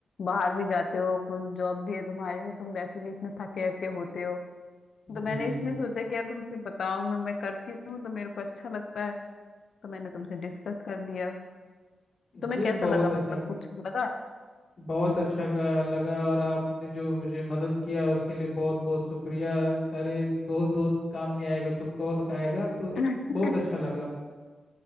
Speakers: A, on the left; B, on the left.
A: बाहर भी जाते हो जॉब भी है तुम्हारी तो तुम वैसे भी इसमें थके हके होते हो तो मैंने
B: जी जी
A: इसलिए सोचा कि यार तुमसे बताऊं मैं मैं करती हूँ तो मेरे को अच्छा लगता है तो मैंने तुमसे डिस्कस कर दिया तुम्हें
B: जी
A: कैसा
B: बहुत
A: लगा मतलब
B: अच्छा काम
A: कुछ लगा
B: बहुत अच्छा अ, लगा और आपने जो मुझे मदद किया उसके लिए बहुत बहुत शुक्रिया अरे दोस्त दोस्त काम नहीं आएगा तो कौन आएगा तो
A: <laughs>
B: बहुत अच्छा लगा